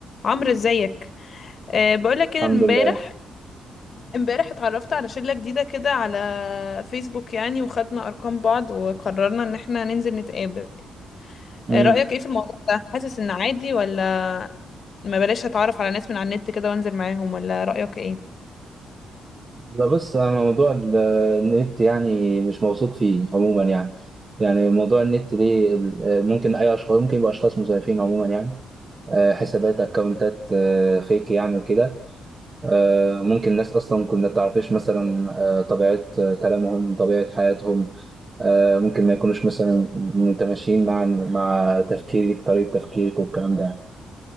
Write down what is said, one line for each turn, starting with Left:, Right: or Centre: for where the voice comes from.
Left: عمرو ازيك أه بقولك ان
Right: الحمد
Left: امبارح
Right: لله
Left: امبارح اتعرفت على شلة جديدة كده على فيسبوك يعني وخدنا ارقام بعض وقررنا ان احنا ننزل نتقابل
Right: امم
Left: أه رأيك ايه في الموضوع ده حاسس ان عادي ولا ما بلاش اتعرف على ناس من على النت كده وانزل معاهم ولا رأيك ايه
Right: لا بص انا موضوع ال- النت يعني مش موثوق فيه عموما يعني يعني موضوع النت ده ال- ممكن اي اشخاص ممكن يبقى اشخاص مزيفين عموما يعني آه، حسابات اكونتات آه، فيك يعني وكده آه، ممكن ناس اصلا كنا تعرفش مثلا آه، طبيعه آه، كلامهم طبيعه حياتهم آه، ممكن ما يكونوش مثلا متماشيين مع مع تفكيرك طريقه تفكيرك والكلام ده يعني.